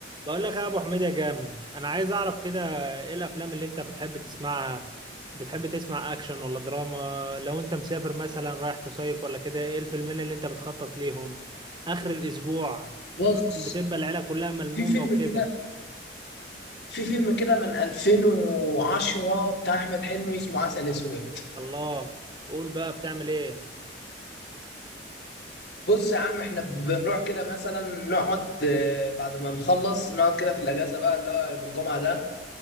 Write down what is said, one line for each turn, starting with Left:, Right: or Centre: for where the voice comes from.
Right: بقول لك يا ابو حميد يا جامد انا عايز اعرف كده ايه الافلام اللي انت بتحب تسمعها بتحب تسمع اكشن ولا دراما لو انت مسافر مثلا رايح تصيف ولا كده ايه الفيلمين اللي انت بتخطط ليهم اخر الاسبوع
Left: بص
Right: طبعا بتبقى العيله كلها ملمومه
Left: في فيلم
Right: وكده
Left: كده في فيلم كده من 2010 بتاع احمد حلمي اسمه عسل اسود
Right: الله قول بقى بتعمل ايه
Left: بص يا عم احنا بنروح كده مثلا نقعد آه، بعد ما نخلص نقعد كده في الاجازه بقى اللي هو يوم الجمعه ده